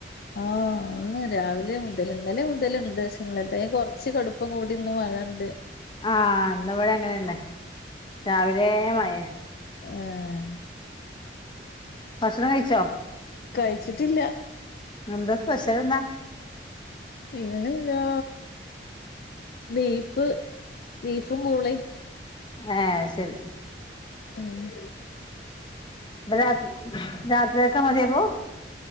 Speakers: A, on the left; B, on the left.
A: ആഹ് ഇന്ന് രാവിലെ മുതൽ ഇന്നലെ മുതൽ ഇണ്ട് ഇന്നലത്തെ കൊറച്ച് കട ഇപ്പം കൂടിന്ന് മഴണ്ട്
B: ആഹ് ഇന്നിവിടെ അങ്ങനെന്നെ രാവിലെ മഴാ
A: ആഹ്
B: ഭക്ഷണം കഴിച്ചോ
A: കഴിച്ചിട്ടില്ല
B: എന്താ സ്പെഷ്യൽ എന്താ
A: പിന്നല്ലാ ബീഫ് ബീഫും പൂളേം
B: ഏഹ് അഹ് ശരി
A: ഏഹ്
B: ഇവട രാത്രിക്ക മതിയാ പോ